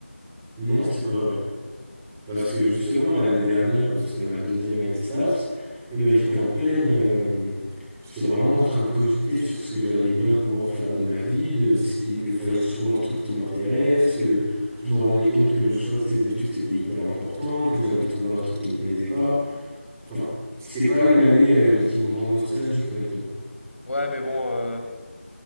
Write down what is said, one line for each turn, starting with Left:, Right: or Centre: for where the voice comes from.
Centre: non, c'est pas vrai. Parce que justement, l'année dernière, où c'était ma deuxième année de STAPS, eh ben, j'étais en pleine. euh, j'étais vraiment en train de cogiter sur ce que j'allais bien pouvoir faire de ma vie, de ce qui, que fallait que je trouve un truc qui m'intéresse, que je me rendais compte que le choix de ces études, c'était hyper important, que j'avais trouvé un truc qui me plaisait pas. Enfin, c'était pas une année euh, qui me rend nostalgique, honnêtement.
Left: Ouais, mais bon, euh,